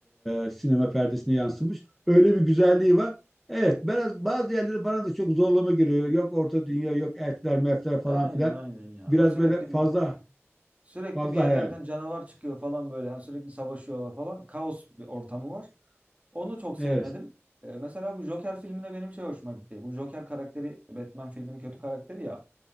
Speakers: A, in the centre; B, on the right.
A: e, sinema perdesine yansımış. Öyle bir güzelliği var. Evet biraz bazı yerleri bana da çok zorlama geliyor. Yok Orta Dünya, yok elfler, mefler falan
B: Aynen
A: filan.
B: aynen ya.
A: Biraz
B: Sürekli
A: böyle fazla
B: bir Sürekli
A: fazla
B: bir yerlerden
A: hayali.
B: canavar çıkıyor falan böyle. Yani sürekli savaşıyorlar falan. Kaos bir ortamı var. Onu çok sevmedim.
A: Evet.
B: Ee, mesela bu Joker filmine benim şey hoşuma gitti. Bu Joker karakteri Batman filminin kötü karakteri ya.